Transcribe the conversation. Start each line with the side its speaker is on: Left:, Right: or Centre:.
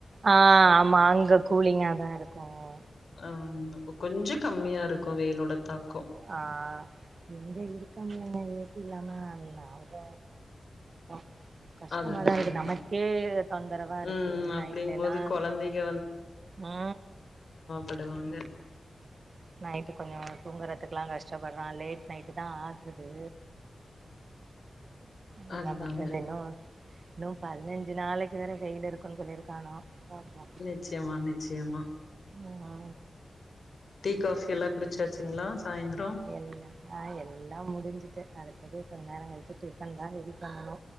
Right: ஆ ஆமா அங்க கூலிங்காதா இருக்கும்
Left: ஆம்மா கொஞ்சோம் கம்மியா இருக்கும் வெயிலோட தாக்கம்
Right: ஆஹ் எங்க இருக்கமுலங்க ஏசில்லாம நாங்க ஆ கஷ்டமாதான்
Left: அதுதா
Right: இருக்கு
Left: அதுதா
Right: நமக்கே தொந்தரவா இருக்கு
Left: ம் அப்டிங்கும்போது
Right: நைட்ல எல்லாம்
Left: கொழந்தைக
Right: ஆ
Left: படுவாங்க
Right: நைட்டு் கொஞ்சோ தூங்குறதுக்குலா கஷ்டப்படுறா லேட் நைட்டு தா ஆகுது என்ன
Left: அதுதாங்க
Right: பண்றது இன்னு‌ லவ்‌ பதினஞ்சு நாளைக்கு வேற வெயில் இருக்குன்னு சொல்லிருக்கானா பாப்பு
Left: நிச்சியமா நிச்சியமா
Right: உமாமா
Left: டீ காஃபி எல்லா குடிச்சாச்சுங்களா சாய்ந்த்ரோ
Right: எல்லா ஆ எல்லா முடிஞ்சிட்டு அடுத்தது கொஞ்ச நேரோ கழிச்சி டிஃபன் தா ரெடி பண்ணணு